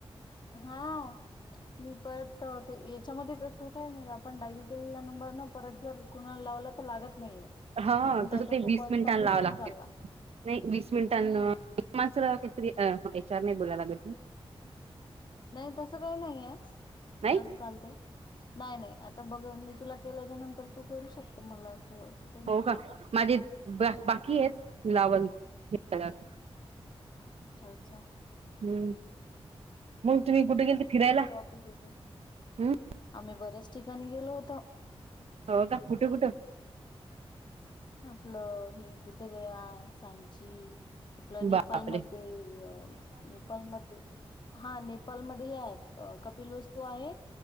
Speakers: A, on the left (about 50°); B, on the right (about 80°).
A: हा. मी परत ते तर याच्यामध्ये कस होतय म्हणजे, आपण डाईल केलेला नंबर न परत जर. कोणाला लावला तर लागत नाहीये
B: हा
A: मग, त्याचा
B: तसं ते
A: तो
B: वीस
A: कॉल
B: मिनिटांना
A: सबमिट
B: लावावं
A: होऊन
B: लागते
A: चालला.
B: नाही वीस मिनटांन.
A: हम्म
B: मच काहीतरी एच आर नाही बोलायलाग.
A: नाही तसं काही नाहीय
B: नाही
A: तस चालतय नाही नाही आता बघ मी तुला केल्याच्या नंतर तू करू शकतो मला असं असं. काही
B: हो
A: नाहीये
B: का माझे
A: हम्म
B: बाकी आहेत लावणं <unintelligible>
A: अच्छा. अच्छा.
B: हम्म. मग तुम्ही कुठे गेलते फिरायला?
A: असू दे ग.
B: हम्म
A: आम्ही बऱ्याच ठिकाणी गेलो होतो.
B: हो का? कुठं? कुठं?
A: आपलं हे बुद्धगया, सांची. आपलं नेपालमध्ये,
B: बापरे
A: नेपालमध्ये. हा नेपालमध्ये हे आहेत कपिल वस्तू आहेत